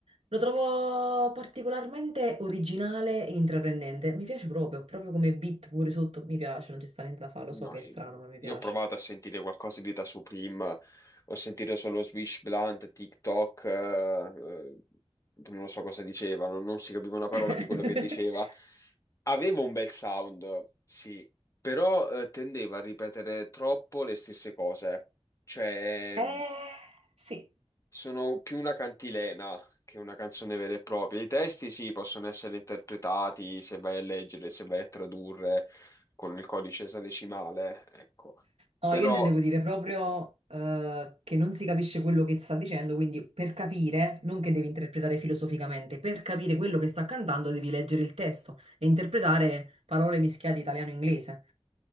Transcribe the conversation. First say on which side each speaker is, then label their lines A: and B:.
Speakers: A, on the right; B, on the left.
A: Lo trovo particolarmente originale e intraprendente. Mi piace proprio, proprio come beat pure sotto, mi piace, non ci sta niente da fare, lo
B: No,
A: so che
B: io
A: è strano, ma mi piace.
B: ho provato a sentire qualcosa di da Supreme, ho sentito solo Swish Blunt, TikTok, eh, eh, non lo so cosa dicevano, non si capiva una parola
A: <laughs>
B: di quello che diceva. Aveva un bel sound, sì, però eh, tendeva a ripetere troppo le stesse cose. Cioè,
A: Eh, sì.
B: sono più una cantilena che una canzone vera e propria. I testi sì, possono essere interpretati se vai a leggere, se vai a tradurre con il codice esadecimale, ecco.
A: No,
B: Però
A: io intendevo dire proprio eh, che non si capisce quello che sta dicendo, quindi per capire, non che devi interpretare filosoficamente, per capire quello che sta cantando devi leggere il testo e interpretare parole mischiate italiano-inglese.